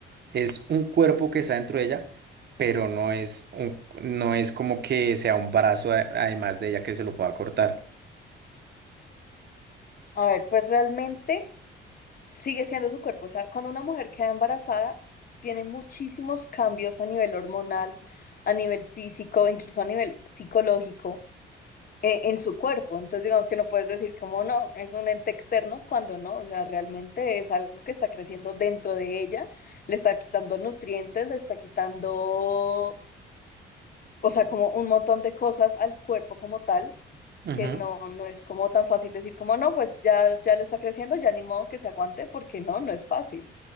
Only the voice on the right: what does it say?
Es un cuerpo que está dentro de ella, pero no es un, no es como que sea un brazo a- además de ella que se lo pueda cortar.
Ujú.